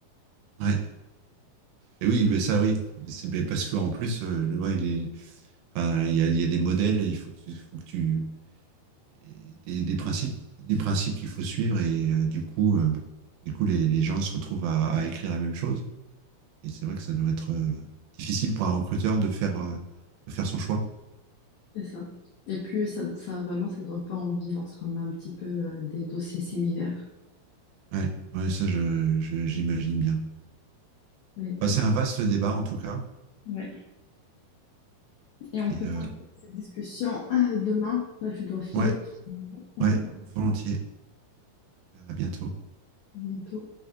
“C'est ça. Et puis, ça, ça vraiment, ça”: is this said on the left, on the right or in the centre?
Left